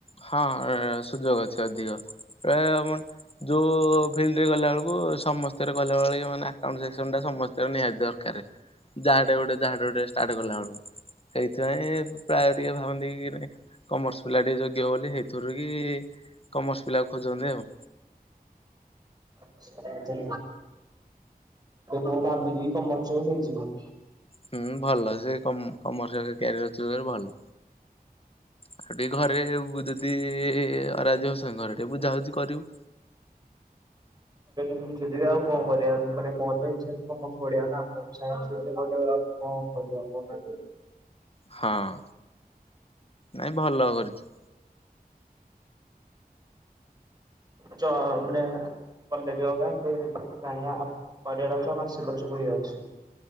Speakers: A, on the left; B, on the right.
A: ହଁ ସୁଯୋଗ ଅଛି ଅଧିକ ପ୍ରାୟ ଆମର ଯୋଉ ଗଲା ବେଳକୁ ସମସ୍ତଙ୍କର ଗଲା ବେଳେ ମାନେ ଆକାଉଣ୍ଟ ସେକ୍ସନଟା ସମସ୍ତଙ୍କର ନିହାତି ଦରକାର। ଯାହାଟେ ଗୋଟେ ଯାହାଟେ ଗୋଟେ ଷ୍ଟାର୍ଟ କଲା ବେଳକୁ ସେଇଥିପାଇଁ ପ୍ରାୟ ଟିକେ ଭାବନ୍ତି କି ନାଇଁ କମର୍ସ ପିଲା ଟିକେ ଯୋଗ୍ୟ ବୋଲି ସେଇଥିରୁ କି କମର୍ସ ପିଲା ଖୋଜନ୍ତି ଆଉ।
B: ଆଚ୍ଛା ଆଚ୍ଛା ମୁଁ ଭାବି ଯିବି କମଚ ହଁ ନେଇଯିବି।
A: ହୁଁ ଭଲ ଜେ କମରସିଆଲ କ୍ୟାରିୟର ଥିବାରୁ ଭଲ। ଆଉ ଟିକେ ଘରେ ଯଦି ଅରାଜି ହଉଛନ୍ତି ଘରେ ଟିକେ ବୁଝାବୁଝି କରିବୁ।
B: ମୁଁ ଯଦି ଆଉ କଣ କରିବା ଆଉ ମାନେ ମୋର ତ ଇଚ୍ଛା ଅଛି କମର୍ସ ପଢିବା ନା। <unintelligible> କଣ କରିବା କହୁନାହାନ୍ତି?
A: ହଁ ନାଇଁ ଭଲ କରିଛୁ।
B: ଚ ମାନେ କଲେଜ ଅଧା ପରେ ଚାହିଁଲେ କରିବାର ଅଛ ମାସେ ପଛୁକୁ ହିଁ ଅଛି।